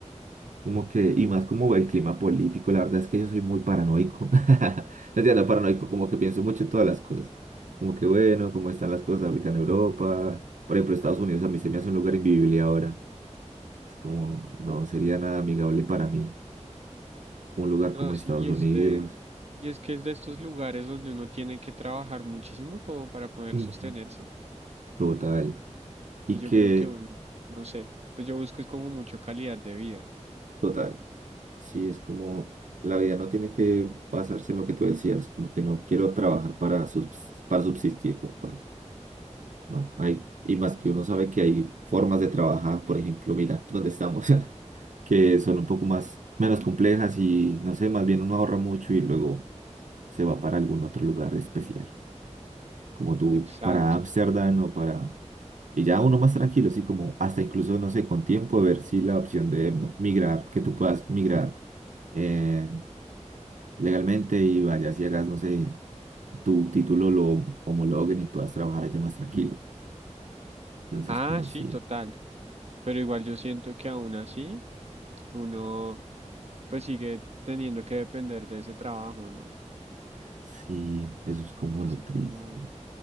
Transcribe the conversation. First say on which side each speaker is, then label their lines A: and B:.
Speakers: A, on the right (about 85°); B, on the right (about 60°).
A: Como que, y más como el clima político, la verdad es que yo soy muy paranoico. <laughs> No entiendo, paranoico, como que pienso mucho en todas las cosas. Como que bueno, cómo están las cosas ahorita en Europa. Por ejemplo, Estados Unidos a mí se me hace un lugar invivible ahora. Es como, no
B: Uf.
A: sería nada amigable para mí. Un lugar
B: no,
A: como
B: sí,
A: Estados
B: y
A: Unidos.
B: este, y es que es de estos lugares donde uno tiene que trabajar muchísimo como para poder
A: Ujú.
B: sostenerse.
A: Total. Y
B: Y yo
A: que,
B: creo que un, no sé, pues yo busco es como mucho calidad de vida.
A: total. Sí, es como la vida no tiene que basarse en lo que tú decías, como que no quiero trabajar para, subs- para subsistir, como para- no, hay, y más
B: Exacto.
A: que uno sabe que hay formas de trabajar, por ejemplo, mira, donde estamos, <laughs> que son un poco más, menos complejas y no sé, más bien uno ahorra mucho y luego se va para algún otro lugar especial, como tú
B: Exacto.
A: para Ámsterdam o para, y ya uno más tranquilo, así como hasta incluso, no sé, con tiempo, ver si la opción de ¿no? migrar, que tú puedas migrar. eh, legalmente y vayas y hagas, no sé, tu título lo homologuen y puedas trabajar allá más tranquilo. Entonces,
B: Ah,
A: como
B: sí,
A: si,
B: total. Pero igual yo siento que aún así uno pues sigue teniendo que depender de ese trabajo, ¿no?
A: sí, eso es como
B: Así
A: lo triste.
B: como,